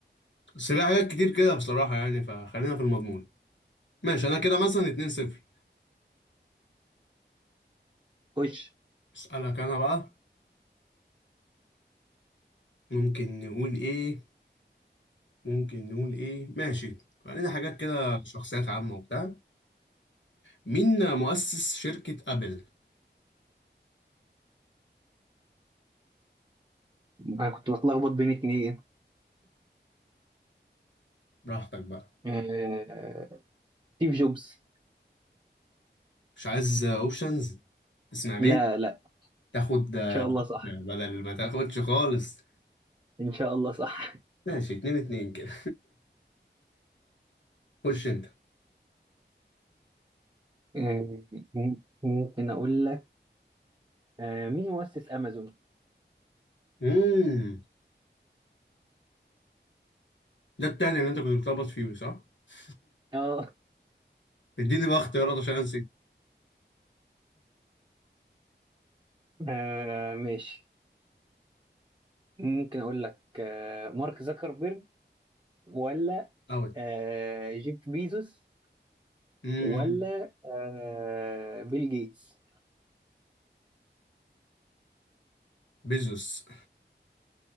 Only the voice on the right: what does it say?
خش
انا كنت بتلخبط بين اتنين
آه ستيف جوبز
لا لا
ان شاء الله صح
ان شاء الله صح
آه، ممكن اقول لك آه مين مؤسس امازون
اه
آه، ماشي ممكن اقول لك آه، مارك زكربيرج ولا
آه، جيف بيزوس
ولا آه، بيل جيتس